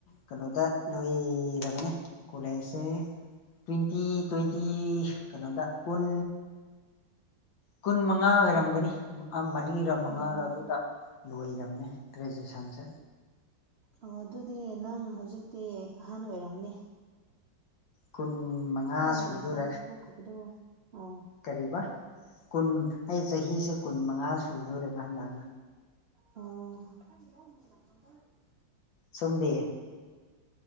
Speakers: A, on the left (about 75°); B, on the right (about 60°).
A: ꯀꯩꯅꯣꯗ ꯂꯣꯏꯔꯕꯅꯦ ꯀꯣꯂꯦꯖꯁꯦ ꯇ꯭ꯋꯦꯟꯇꯤ ꯇ꯭ꯋꯦꯟꯇꯤ ꯀꯩꯅꯣꯗ ꯀꯨꯟ ꯀꯨꯟ ꯃꯉꯥ ꯑꯣꯏꯔꯝꯒꯅꯤ ꯃꯔꯤꯔ ꯃꯉꯥꯔ
B: ꯑꯣ
A: ꯑꯗꯨꯗ ꯂꯣꯏꯔꯕꯅꯦ ꯒ꯭ꯔꯦꯖꯨꯌꯦꯁꯟꯁꯦ
B: ꯑꯣ ꯑꯗꯨꯗꯤ ꯅꯪ ꯍꯧꯖꯤꯛꯇꯤ ꯑꯍꯟ ꯑꯣꯏꯔꯝꯅꯤ
A: ꯀꯨꯟ ꯃꯉꯥ ꯁꯨꯗꯣꯔꯦ
B: ꯂꯥꯏꯔꯤꯛ ꯇꯝꯊꯣꯛꯈꯤꯕꯗꯣ ꯑꯣ
A: ꯀꯔꯤꯕ ꯀꯨꯟ ꯑꯩ ꯆꯍꯤꯁꯦ ꯀꯨꯟ ꯃꯉꯥ ꯁꯨꯗꯣꯔꯦꯕ ꯍꯟꯗꯛꯅ
B: ꯑꯣ
A: ꯁꯣꯝꯗꯤ